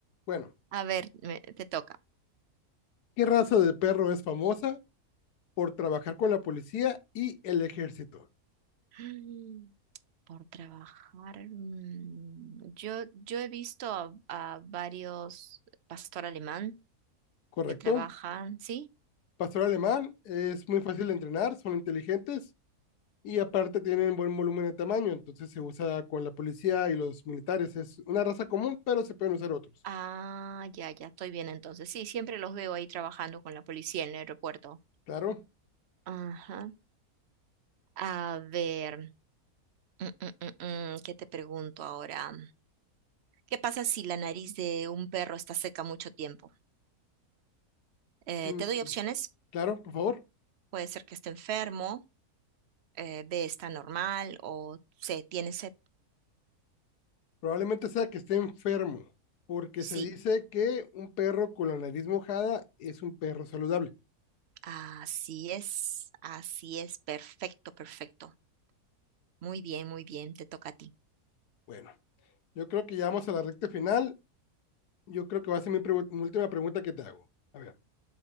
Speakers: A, on the left; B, on the right.
A: Bueno,
B: A ver, me- te toca.
A: ¿qué raza de perro es famosa por trabajar con la policía y el ejército?
B: Mm, Por trabajar. mm, Yo, yo he visto a, a varios pastor alemán
A: ¿Correcto?
B: que trabajan, ¿sí?
A: Pastor alemán, es muy fácil de entrenar, son inteligentes y aparte tienen buen volumen de tamaño, entonces se usa con la policía y los militares. Es una raza común, pero se pueden usar otros.
B: Ah, ya, ya, estoy bien entonces. Sí, siempre los veo ahí trabajando con la policía en el aeropuerto.
A: Claro,
B: Ajá. A ver, mm, mm, mm, mm, ¿qué te pregunto ahora? ¿Qué pasa si la nariz de un perro está seca mucho tiempo? Eh,
A: mm,
B: te doy opciones.
A: claro, por favor.
B: Puede ser que esté enfermo, eh, B está normal o C tiene sed.
A: Probablemente sea que esté enfermo, porque
B: Sí,
A: se dice que un perro con la nariz mojada es un perro saludable.
B: así es, así es, perfecto, perfecto. Muy bien, muy bien, te toca a ti.
A: Bueno, yo creo que ya vamos a la recta final. Yo creo que va a ser mi, pregu- mi última pregunta que te hago. A ver,